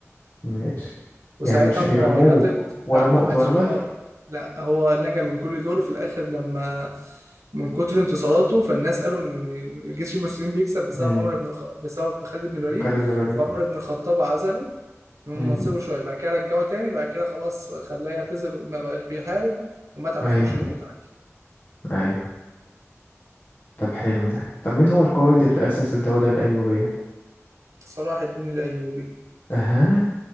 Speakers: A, on the left (about 45°); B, on the right (about 85°).
A: ماشي
B: وساعتها
A: يعني مش اليرموك
B: امه عيطت
A: ولا
B: لا
A: مؤتة
B: ما ماتش
A: ولا بدر
B: خالص لا هو نجا من كل دول وفي الاخر لما من كتر انتصاراته فالناس قالوا ان جيش المسلمين بيكسب بسبب
A: امم
B: عمر بن الخ... بسبب خالد بن الوليد
A: خالد بن الوليد
B: فعمر بن الخطاب عزله من
A: امم
B: منصبه شويه بعد كده رجعه تاني بعد كده خلاص خلاه يعتزل ما بقاش بيحارب ومات على
A: أيوه
B: فراش الموت عادي
A: أيوه طب حلو ده طب مين هو القائد اللي أسس الدولة الأيوبية؟
B: صلاح الدين الايوبي
A: أها